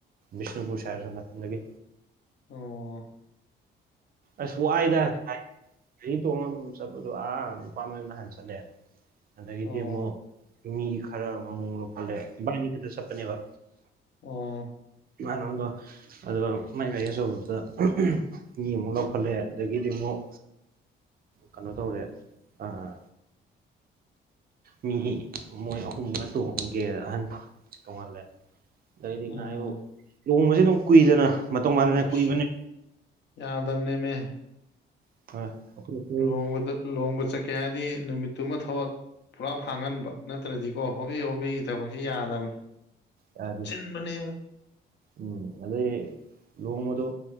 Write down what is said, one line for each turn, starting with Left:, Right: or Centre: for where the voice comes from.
Right: ꯕꯤꯁꯅꯨꯄꯨꯔ ꯁꯥꯏꯠ ꯑꯁꯣꯝ ꯅꯥꯊꯟꯗꯒꯤ
Left: ꯑꯣ
Right: ꯑꯁ ꯋꯥꯏꯗ ꯒꯥꯔꯤ ꯇꯣꯡꯉ ꯑꯗꯨꯝ ꯆꯠꯄꯗꯣ ꯑꯥ ꯅꯨꯄꯥ ꯃꯌꯨꯝꯗ ꯍꯟ ꯆꯠꯂꯦ ꯑꯗꯒꯤꯗꯤ
Left: ꯑꯣ
Right: ꯑꯃꯨꯛ ꯃꯤ ꯈꯔ ꯑꯃꯃꯨꯛ ꯂꯧꯈꯠꯂꯦ ꯕꯤꯒꯤꯈꯤꯠꯇ ꯆꯠꯄꯅꯦꯕ
Left: ꯑꯣ
Right: ꯃꯥꯟꯅꯣꯗꯣ ꯑꯗꯨꯒ ꯃꯥꯏ ꯒꯥꯔꯤ ꯑꯆꯧꯕꯗꯨꯗ ꯃꯤ ꯑꯃꯨꯛ ꯂꯧꯈꯠꯂꯦ ꯑꯗꯒꯤꯗꯤ ꯑꯃꯨꯛ ꯀꯩꯅꯣ ꯇꯧꯔꯦ ꯑꯥ ꯃꯤ ꯃꯣꯏ ꯑꯍꯨꯝꯒ ꯇꯣꯡꯒꯦꯅ ꯑꯍꯟꯗꯣ ꯇꯣꯡꯍꯜꯂꯦ ꯑꯗꯩꯗꯤ
Left: ꯑꯣ
Right: <unintelligible> ꯑꯗꯨꯝ ꯀꯨꯏꯗꯅ ꯃꯇꯧ ꯃꯥꯟꯅꯅ
Left: ꯏꯁ
Right: ꯀꯨꯏꯕꯅꯦ
Left: ꯌꯥꯗꯕꯅꯦꯃꯦ
Right: <inaudible> ꯑꯩꯈꯣꯏ
Left: ꯂꯨꯍꯣꯡꯕꯗ ꯂꯨꯍꯣꯡꯕ ꯆꯠꯀꯦ ꯍꯥꯏꯔꯗꯤ ꯅꯨꯃꯤꯠꯇꯨꯃ ꯊꯕꯛ ꯄꯨꯂꯞ ꯍꯥꯡꯍꯟꯕ ꯅꯠꯇ꯭ꯔꯗꯤꯀꯣ ꯍꯣꯕꯦ ꯍꯣꯕꯦꯒꯤ ꯊꯕꯛꯁꯤ ꯌꯥꯗꯕꯅꯤ
Right: ꯌꯥꯗꯦ
Left: ꯆꯤꯟꯕꯅꯦꯕ
Right: ꯎꯝ ꯑꯗꯩ ꯂꯨꯍꯣꯡꯕꯗꯣ